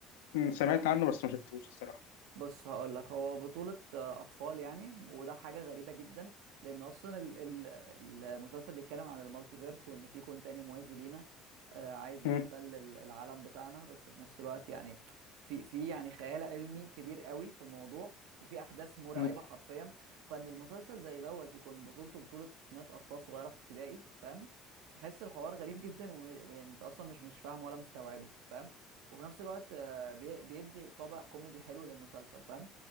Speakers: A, on the left; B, on the right.
A: م، سمعت عنه بس ما شفتهوش الصراحة
B: بص هقول لك هو بطولة آه، أطفال يعني وده حاجة غريبة جدا لأن أصلا ال- ال- المسلسل بيتكلم عن المالتيفيرس وإن في كون تاني موازي لينا آه، عايز
A: م-
B: يحتل ال- العالم بتاعنا بس في نفس الوقت يعني في في يعني خيال علمي كبير قوي في الموضوع وفي أحداث مرعبة
A: م.
B: حرفيا فإن المسلسل زي دوت يكون بطولته بطولة ناس أطفال صغيرة في ابتدائي فاهم تحس الحوار غريب جدا و- ويعني أنت أصلا مش مش فاهم ولا مستوعبه فاهم وفي نفس الوقت بي- بيدي طابع كوميدي حلو للمسلسل فاهم